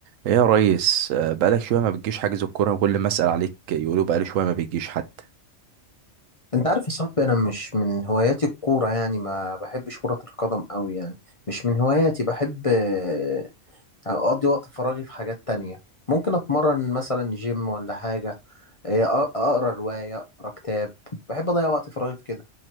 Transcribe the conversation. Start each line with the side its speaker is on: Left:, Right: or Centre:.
Right: ايه يا ريس آه، بقالك شويه ما بتجيش حاجز الكوره كل ما اسال عليك يقولوا بقالي شويه ما بتجيش حتى
Left: انت عارف يا صاحبي انا مش من هواياتي الكوره يعني ما بحبش كره القدم قوي يعني مش من هواياتي بحب آه، اقضي وقت فراغي في حاجات تانية ممكن اتمرن مثلا جيم ولا حاجه آه، أ- اقرا روايه اقرا كتاب بحب اضيع وقت فراغي في كده